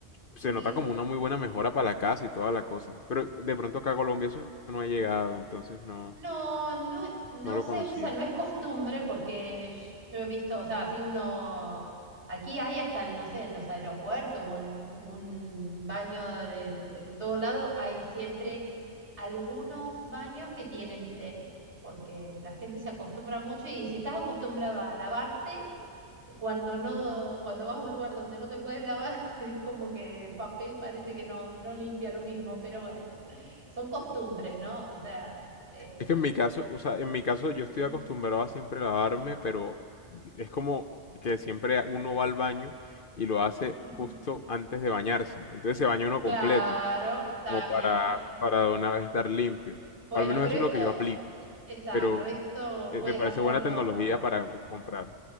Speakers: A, on the left; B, on the right.
A: Se
B: Y,
A: nota como una muy buena mejora para la casa y toda la cosa. Pero de pronto acá a Colombia eso no ha llegado, entonces no,
B: No, no, no
A: no lo
B: se
A: conocía.
B: usa, no es costumbre porque yo he visto, o sea, si uno, aquí hay hasta, no sé, en los aeropuertos o en un baño de, de todo lado, hay siempre algunos baños que tienen bidet, porque la gente se acostumbra mucho y si estás acostumbrado a lavarte, cuando no, cuando vas a un lugar donde no te puedes lavar, <laughs> es como que el papel parece que no, no limpia lo mismo, pero bueno, son costumbres, ¿no? O sea... eh,
A: Es que en mi caso, o sea, en mi caso yo
B: Sí.
A: estoy acostumbrado a siempre lavarme, pero es como que siempre uno va al baño y lo hace
B: Sí.
A: justo
B: <laughs>
A: antes de bañarse. Entonces se baña uno
B: Claro,
A: completo,
B: está
A: como para,
B: bien.
A: para de una vez estar limpio.
B: Bueno,
A: O al menos
B: pero
A: eso
B: esto,
A: es lo que yo aplico.
B: exacto,
A: Pero
B: esto
A: eh,
B: puedes
A: me parece
B: hacerlo.
A: buena tecnología para co- comprar.